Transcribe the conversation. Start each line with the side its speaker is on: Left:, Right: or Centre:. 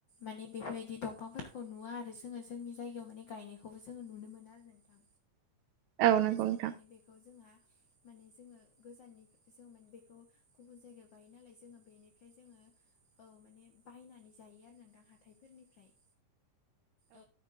Left: माने बेफोरबायदि दंफांफोरखौ खौ नुवा आरो जोङो जोंनि जायगायाव माने गायनायखौबो जोङो नुनो मोनो आरो नोंथां
Right: <inaudible>
Left: औ
Right: नंगौ
Left: जोङो
Right: नोंथां
Left: माने बेखौ जोंहा माने जोङो गोजाननि जों माने बेखौ गुबुन जायगायाव गायो नालाय जोङो बेनि ओमफ्राय जोङो औ माने बायनानै जायो आरो नोंथां हाथाइफोरनिफ्राय औ